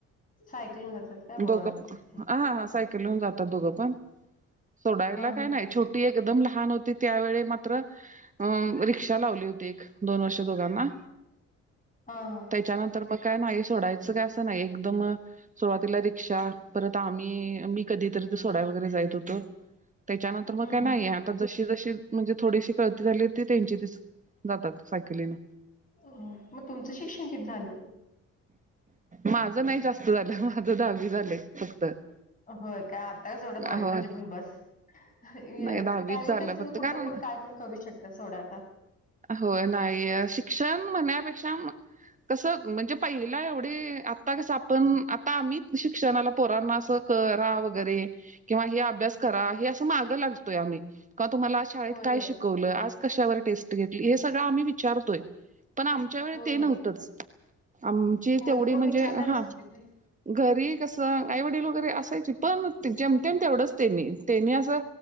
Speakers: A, on the left (about 25°); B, on the right (about 25°).
A: सायकलून जातात काय बरं
B: दोघ प
A: बर ठीक
B: हा, हा. सायकली वरुण जातात दोघं पण सोडायला
A: हा
B: काय
A: हा
B: नाहीत. छोटी एकदम लहान होती त्यावेळी मात्र अ रिक्षा लावली होती एक, दोन वर्ष दोघांना.
A: हा, हा.
B: त्याच्यानंतर म काय नाही सोडायचं काय असं नाही एकदम सुरुवातीला रिक्षा परत आम्ही मी कधीतरी सोडा वगैरे जायत होतो. त्याच्यानंतर मग
A: हम्म
B: काय नाही. आता जशी, जशी म्हणजे थोडीशी कळती झाली ते त्यांची तेच जातात साकलीन.
A: मग तुमचं शिक्षण किती झालंय?
B: माझ नाही जास्त झालं माझं दहावी झाले फक्त.
A: होय काय आता का एवढं दहावी
B: होय
A: म्हणजे पण बस. टॅलेंट
B: नाही दहावीच झालं
A: असल्या ना
B: फक्त
A: कुठं
B: कारण
A: पण काय पण करू शकत सोडा आता
B: होय नाही शिक्षण म्हणण्यापेक्षा कसं. म्हणजे पहिला एवढे आता कस आपण आता आम्ही शिक्षणाला. पोराना करा वैगेरे किंवा अभ्यास करा?
A: हा
B: आम्ही लागतोय आम्ही तुम्हाला शाळेत
A: होय
B: काय
A: होय
B: शिकवलं आज? कशावर टेस्ट घेतली हे सगळं आम्ही विचारतोय पण आमच्या वेळी
A: होय
B: ते
A: होय
B: नव्हतंच. आमची
A: होय
B: तेवढी
A: कोण
B: म्हणजे
A: विचारणारच
B: हा.
A: होतीत नाही
B: घरी कस आईवडील वगैरे असायची पण जेम तेम तेवढंच त्यांनी त्यांनी असं.